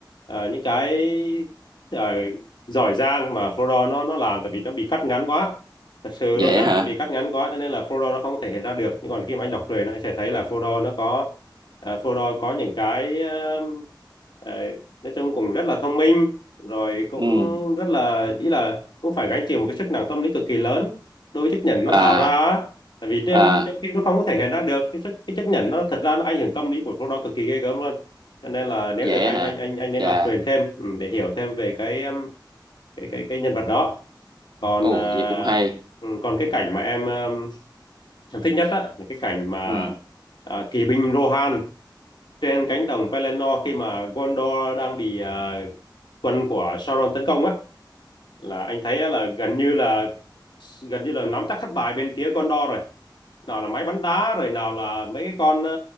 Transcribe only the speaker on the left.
ờ, những cái ờ, giỏi giang mà Frodo nó nó làm tại vì nó bị cắt ngắn quá thật sự
luôn á
nó bị cắt ngắn quá cho nên là Frodo nó không thể hiện ra được nhưng còn khi mà anh đọc truyện anh sẽ thấy là Frodo nó có ờ, Frodo có những cái ờ, ờ, nói chung cũng rất là thông minh rồi cũng
rất là ý là cũng phải gánh chịu một cái sức nặng tâm lý cực kỳ lớn đối với chiếc nhẫn nó
tạo ra á tại vì trên
trên phim nó không có thể hiện ra được cái sức cái chấp nhận nó thật ra nó ảnh hưởng tâm lý của số đó cực kỳ ghê gớm luôn cho nên là nếu
được anh
anh anh anh nên
đọc truyện thêm ừ, để hiểu thêm về cái um, cái cái cái nhân vật đó còn
à,
ừ, còn cái cảnh mà em um, em thích nhất á là cái cảnh mà
à, kỵ binh Rohan trên cánh đồng Pelennor khi mà Gondor đang bị à, quân của Sauron tấn công á là anh thấy á là gần như là gần như là nắm chắc thất bại bên phía Gondor rồi nào là máy bắn đá rồi nào là mấy cái con ờ,